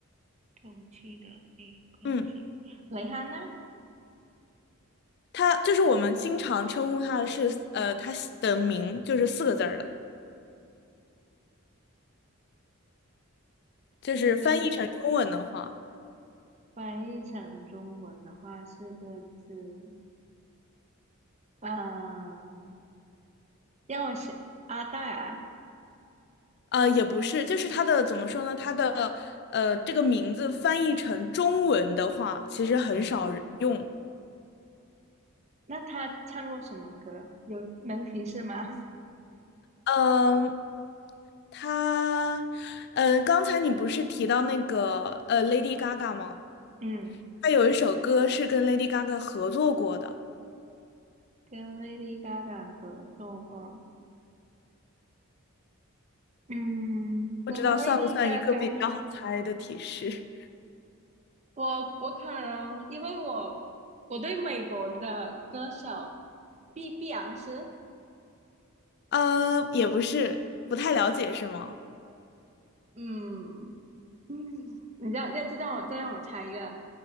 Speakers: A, on the right; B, on the left.
A: 同期的女歌手，
B: 嗯。
A: 蕾哈娜，
B: 它就是我们经常称呼它是呃，它的名就是四个字儿的，就是翻译成中文的话，
A: 四个翻译成中文的话，四个字，啊，让我想，阿黛尔，
B: 呃，也不是，就是它的怎么说呢？它的呃这个名字翻译成中文的话，其实很少人用。
A: 嗯。那他唱过什么歌？有能提示吗？
B: 嗯、他，嗯，刚才你不是提到那个呃 Lady Gaga 吗？
A: <laughs> 嗯，
B: 她有一首歌是跟 Lady Gaga 合作过的，
A: 跟 Lady Gaga 合作过。嗯，
B: 不知道算不算一个比较好猜的提示？
A: 跟 Lady Gaga，<laughs> 我我可能因为我我对美国的歌手碧碧昂斯，
B: <laughs> 呃，也不是，不太了解是吗？
A: 嗯嗯，你要要再让我再让我猜一个，